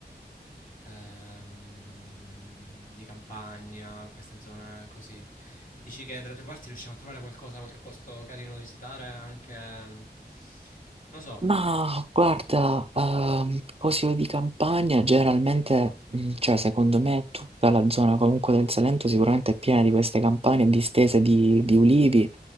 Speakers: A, on the left; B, on the right.
A: ehm, di campagna, queste zone così. Dici che dalle tue parti riusciamo a trovare qualcosa, qualche posto carino da visitare, anche, mh, non lo so.
B: Ma guarda, ehm, poesie di campagna generalmente, mhmm, cioè secondo me tutta la zona comunque del Salento sicuramente è piena di queste campagne distese di di ulivi,